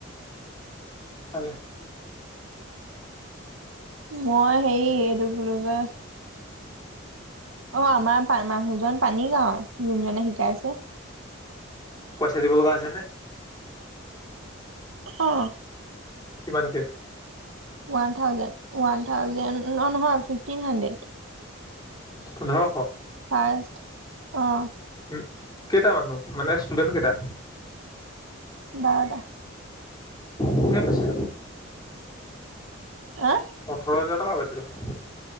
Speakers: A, on the left; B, on the right.
A: তালে
B: মই হেৰি এইটো কি বুলি কয় অ আমাৰ পা মানুহজন পানী গাঁওৰ যোনজনে শিকাইছে
A: পইচা দিব লগা হৈছে নে
B: অ
A: কিমানকে
B: ওৱান থাউজেণ্ড ওৱান থাউজেণ্ড ন নহয় ফিফটিন হাড্ৰেড
A: পোন্ধৰশ
B: ফাৰ্ষ্ট অ
A: উম কেইটা মানুহ মানে ষ্টুডেণ্ট কেইটা
B: বাৰটা
A: কোনে কৈছে
B: অ
A: ওঠৰ হাজাৰ টকা পাইছ দেখোন